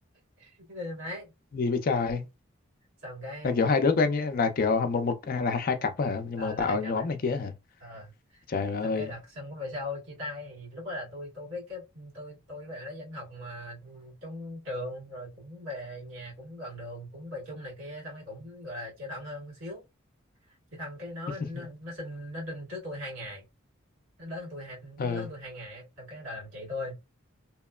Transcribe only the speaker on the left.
gì vậy trai
là kiểu hai đứa quen nhé là kiểu một một hay là hai cặp hả nhưng
mà
tạo
nhóm
này kia hả
trời ơi
<laughs>
ờ